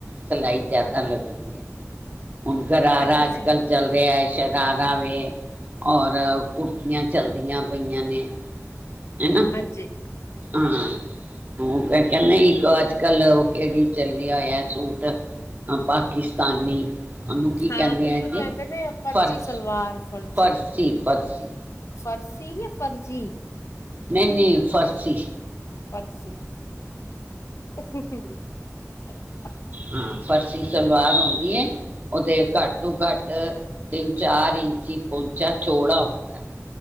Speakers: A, on the right (about 35°); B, on the left (about 60°).
A: ਸਲਾਈ ਜਾਦਾ ਲੱਗਦੀ ਐ, ਹੁਨ ਗਰਾਰਾ
B: ਅੱਛਾ ਅੱਛਾ
A: ਅੱਜ-ਕੱਲ ਚੱਲ ਰੇਆ ਸ਼ਰਾਰਾ ਵੇ, ਔਰ ਕੁੁਰਤੀਆਂ ਚਲਦੀਆਂ ਪਈਆਂ ਨੇ। ਏਨਾਂ
B: ਹੰਜੇ
A: ਹੂੰ, ਓ ਕੈਂਦੇ ਇੱਕ ਅੱਜ-ਕੱਲ ਓ ਕੈਂਦੀ ਚੱਲੇਆ ਹੋਏਆ ਸੂਟ ਆ ਪਾਕਿਸਤਾਨੀ। ਉਹਨੂੰ ਕੀ
B: ਹਾਂ
A: ਕਹਿੰਦੇ
B: ਓਨੂੰ
A: ਆ ਜੀ
B: ਕੈਂਦੇ ਨੇ ਫਰਜੀ
A: ਫਰਸ
B: ਸਲਵਾਰ ਫਰਜੀ।
A: ਫਰਸੀ ਫਰਸੀ
B: ਫਰਸ਼ੀ ਜਾਂ ਫਰਜੀ
A: ਨਈਂ-ਨਈਂ ਫਰਸ਼ੀ।
B: ਫਰਸੀ ਹੂੰ-ਹੂੰ ਅੱਛਾ।
A: ਹੂੰ ਫਰਸ਼ੀ ਸਲਵਾਰ ਹੁੰਦੀ ਐ। ਓਦੇ ਘੱਟ ਤੋਂ ਘੱਟ ਤਿੰਨ ਚਾਰ ਇੰਚੀ ਪੋਂਚਾ ਚੌੜਾ ਹੁੰਦਾ।